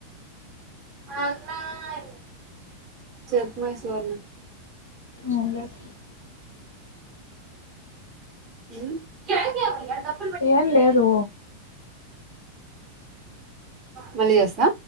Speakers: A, on the right; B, on the left.
A: అన్న మ్మ్ చెప్పుమేశ్వర్న్
B: నమ్లేక్
A: మ్మ్ ఏంజేయాల్ ఇయాల్టప్
B: ఏం లేదు
A: మలియాసా